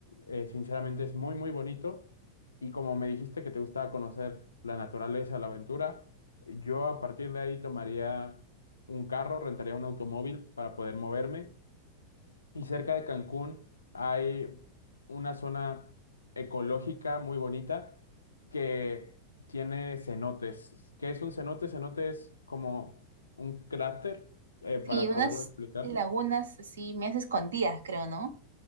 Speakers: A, on the left; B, on the right.
A: Eh, sinceramente es muy, muy bonito. Y como me dijiste que te gustaba conocer la naturaleza, la aventura, yo a partir de ahí tomaría un carro, rentaría un automóvil para poder moverme. Y cerca de Cancún hay una zona ecológica muy bonita que tiene cenotes. ¿Qué es un cenote? Cenote es como un cráter, eh, para
B: Sí, unas
A: poderlo explicar.
B: lagunas así, medias escondidas, creo, ¿no?